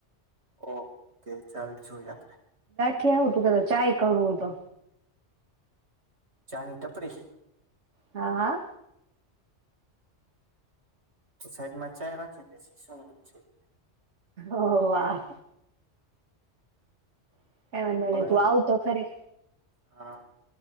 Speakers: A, on the right; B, on the right.
A: ઓકે. ચાલ જોયે આપણે.
B: કેવું હતું કે ચાય કરું હું તો
A: ચાની ટપરી
B: હા હા.
A: તો સાઈડમાં ચાય રાખી બેસીસું વચ્ચે છે.
B: ઓ વાવ. <unintelligible>
A: હવે
B: તું આવ તો ખરે.
A: હા